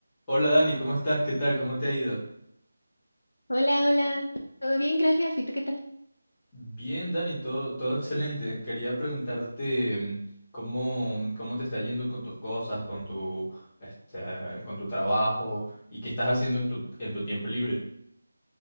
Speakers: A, on the left; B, on the left.
A: Hola Dani, ¿cómo estás? ¿Qué tal? ¿Cómo te ha ido?
B: Hola, hola, todo bien, gracias. ¿Y tú qué tal?
A: Bien, Dani, todo, todo excelente. Quería preguntarte mm, cómo, mm, cómo te está yendo con tus cosas, con tu, este, con tu trabajo y qué estás haciendo en tu, en tu tiempo libre.